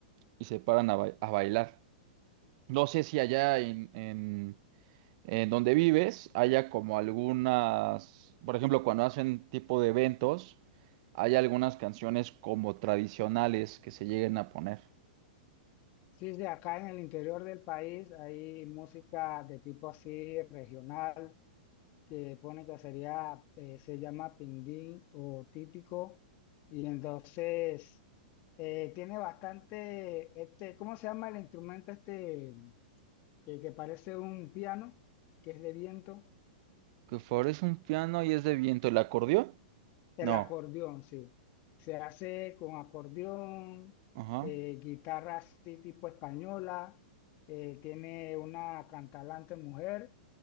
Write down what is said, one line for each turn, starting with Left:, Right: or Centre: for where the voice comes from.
Right: y se paran a, ba- a bailar. No sé si allá en, en, en donde vives haya como algunas, por ejemplo, cuando hacen tipo de eventos, hay algunas canciones como tradicionales que se lleguen a poner.
Left: Sí, sí, acá en el interior del país hay música de tipo así regional, que pone que sería, eh, se llama pindín o típico, y entonces eh, tiene bastante, este, ¿cómo se llama el instrumento este que, que parece un piano, que es de viento?
Right: Que favorece un piano y es de viento, ¿el acordeón?
Left: El
Right: No.
Left: acordeón, sí. Se hace con acordeón,
Right: Ajá.
Left: eh, guitarra así tipo española, eh, tiene una cantalante mujer